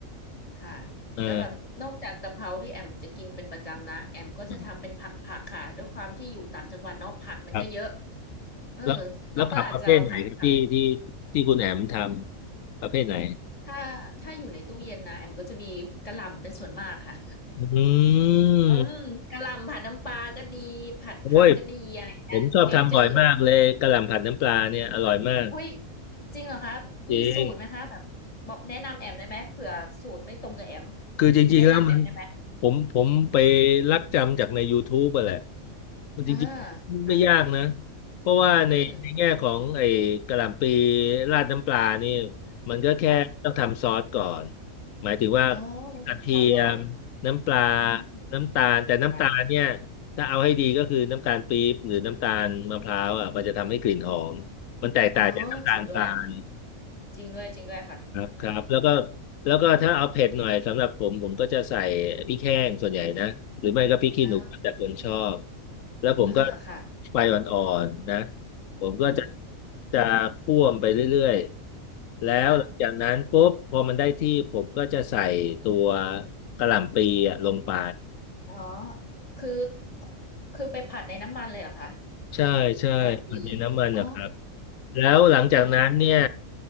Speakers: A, on the left; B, on the left.
A: ค่ะ
B: เออ
A: แล้วแบบนอกจากกะเพราที่แอมจะกินเป็นประจำนะแอมก็จะทำเป็นผักผักค่ะด้วยความที่อยู่ต่างจังหวัดเนอกผักมันก็เยอะ
B: อืมครับ
A: เออ
B: แล้วแล้วผักประเภทไหนครับที่ที่
A: เราก็อาจจะเอาผักผัก
B: ที่คุณแหนมทำประเภทไหน
A: ถ้าถ้าอยู่ในตู้เย็นนะแอมก็จะมีกะหล่ำเป็นส่วนมากค่ะ
B: อืม
A: <laughs> อืมกะหล่ำผัดน้ำปลาก็ดีผัดผักก็ดีอะไรอย่างเงี้ยแกงจืด
B: โอ้ยผมชอบทำบ่อยมากเลยกะหล่ำผัดน้ำปลาเนี่ยอร่อยมาก
A: อุ้ยจริงเหรอคะมีสูตรไหมคะแบบบอกแนะนำแอมได้ไหมเผื่อสูตรไม่ตรงกับแอม
B: จริง คือจริงๆแล้วมัน
A: แนะนำแอมได้ไหม
B: ผมผมไปลักจำจากใน YouTube อะแหละมันจริงๆไม่ยากนะ
A: อ่าค่ะ
B: เพราะว่าในในแง่ของไอ้กะหล่ำปี
A: อืม
B: ราดน้ำปลานี่มันก็แค่ต้องทำซอสก่อน
A: ค่ะ
B: หมายถึงว่า
A: อ๋อเราทำซอสก่อน
B: กระเทียมน้ำปลา
A: อืม
B: น้ำตาลแต่น้ำตาลเนี่ย
A: ค่ะ
B: ถ้าเอาให้ดีก็คือน้ำตาลปี๊บหรือน้ำตาลมะพร้าวอ่ะมันจะทำให้กลิ่นหอมมันแตกต่างจากน้ำตาลทราย
A: อ๋อจริงด้วยจริงด้วยจริงด้วยค่ะ
B: ครับครับแล้วก็
A: อืม
B: แล้วก็ถ้าเอาเผ็ดหน่อยสำหรับผมผมก็จะใส่พริกแห้งส่วนใหญ่นะหรือไม่ก็พริกขี้หนูแต่คนชอบ
A: อ๋อ
B: แล้วผมก็
A: อ่าค่ะ
B: ไฟอ่อนๆนะผมก็จะ
A: อืม
B: จะคั่วมไปเรื่อยๆแล้วหลังจากนั้นปุ๊บพอมันได้ที่ผมก็จะใส่ตัว
A: ค่ะ
B: กะหล่ำปีอะลงไป
A: อ๋อคือ คือไปผัดในน้ำมันเลยเหรอคะ
B: ใช่ใช่ปฏินน้ำมันนะครับ
A: กะหล่ำปีอ๋อ
B: แล้วหลังจากนั้นเนี่ย
A: โอเคค่ะ